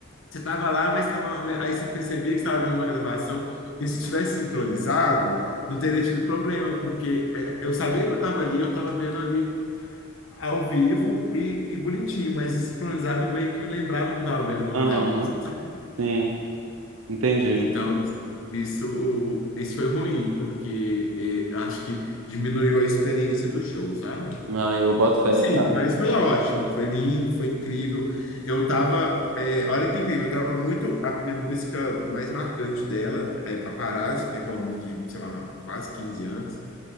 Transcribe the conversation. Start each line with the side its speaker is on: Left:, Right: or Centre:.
Left: você tava lá, mas tava, aí você percebia que estava vendo uma gravação. E se tivesse sincronizado, não teria tido problema, porque é, eu sabia que eu estava ali, eu estava vendo ali ao vivo e, e bonitinho, mas sincronizado meio que me lembrava que eu estava vendo num
Right: Aham,
Left: telão, sabe?
Right: sim, entendi.
Left: Então, isso, isso, isso foi ruim, porque eh, acho que diminuiu a experiência do show, sabe?
Right: Ai, eu boto fé.
Left: Sim,
Right: Ah,
Left: mas foi ótimo, foi lindo, foi incrível. Eu tava, é, olha que incrível, eu tava muito, a minha música mais marcante dela é Paparazzi, né, que é uma música de, sei lá, quase 15 anos.